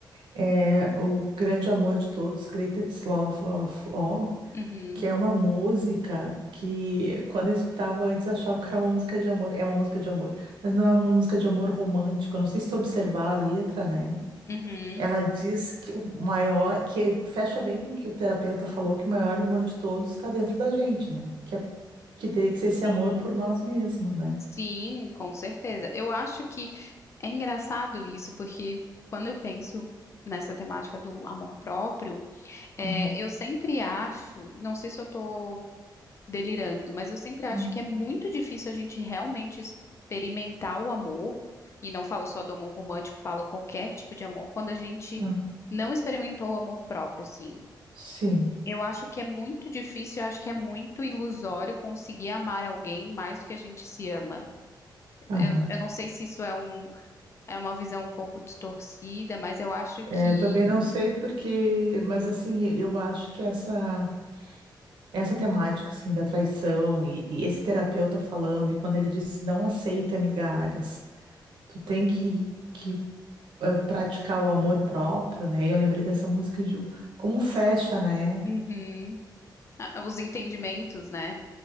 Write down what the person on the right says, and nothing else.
É o grande amor de todos, Greatest Love of All.
que é uma música que quando eu escutava antes eu achava que era uma música de amor, é uma música de amor, mas não é uma música de amor romântico. Eu não sei se tu observar a letra, né?
Ela diz que o maior, que fecha bem com o que o terapeuta falou, que o maior amor de todos está dentro da gente, né? Que, é- que teria que ser esse
amor por nós mesmos, né?
Aham,
hum,
aham.
Sim.
aham.
É,
eu também não sei porque, mas assim, eu acho que essa essa temática assim da traição e, e esse terapeuta falando e quando ele disse não aceita migalhas, tu tem que, que eh, praticar o amor próprio, né? E eu lembrei dessa música e digo, como fecha, né?